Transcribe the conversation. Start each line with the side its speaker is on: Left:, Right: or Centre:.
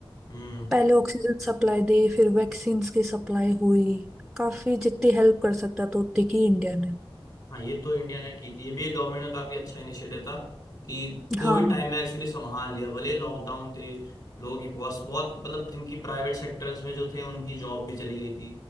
Left: हम्म
Centre: पहले ऑक्सीजन सप्लाई दी फिर वैक्सीन्स की सप्लाई हुई काफी जितनी हेल्प कर सकता था उतनी की इंडिया ने
Left: हाँ ये तो इंडिया ने की थी ये भी एक गवर्नमेंट का काफी अच्छा इनिशिएटिव था कि कोविड
Centre: हाँ
Left: टाइम में एक्चुअली संभाल लिया भले लॉकडाउन थे लोगों की बहुत बहुत मतलब जिनकी प्राइवेट सेक्टर्स में जो थे उनकी जॉब भी चली गई थी